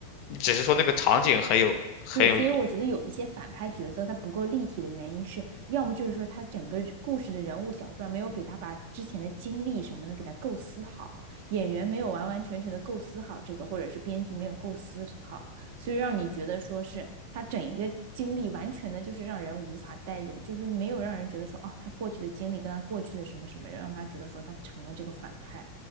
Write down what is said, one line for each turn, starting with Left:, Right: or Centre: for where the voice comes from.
Left: 只是说那个场景很有很有，
Right: 对，所以我觉得有一些反派角色他不够立体的原因是，要么就是说他整个故事的人物小传没有给他把之前的经历什么的给他构思好，演员没有完完全全的构思好这个，或者是编剧没有构思好，所以让你觉得说是他整一个经历完全的就是让人无法代入，就是没有让人觉得说哦，他过去的经历跟他过去的什么什么，让他觉得说他成了这个反派。